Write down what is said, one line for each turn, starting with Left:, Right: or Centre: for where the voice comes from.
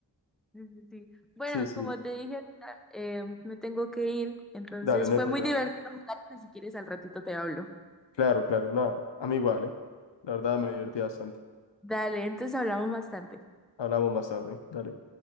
Centre: Sí, sí, sí. Bueno,
Left: Sí, sí,
Centre: como te dije ahorita, eh, me tengo que ir. Entonces
Left: dale, no
Centre: fue
Left: hay problema.
Centre: muy divertido jugar, pero si quieres al ratito te hablo.
Left: Claro, claro, nada. A mí igual, ¿eh? La verdad me divertí bastante.
Centre: Dale, entonces hablamos más tarde.
Left: Hablamos más tarde. Dale.